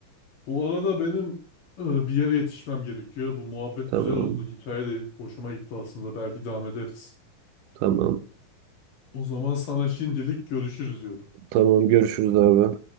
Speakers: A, on the left (about 45°); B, on the right (about 80°).
A: Bu arada benim e, bir yere yetişmem gerekiyor. Bu muhabbet
B: Tamam
A: güzel oldu. Hikaye de hoşuma gitti aslında. Belki devam ederiz.
B: tamam.
A: O zaman sana şimdilik görüşürüz diyorum.
B: Tamam görüşürüz abi.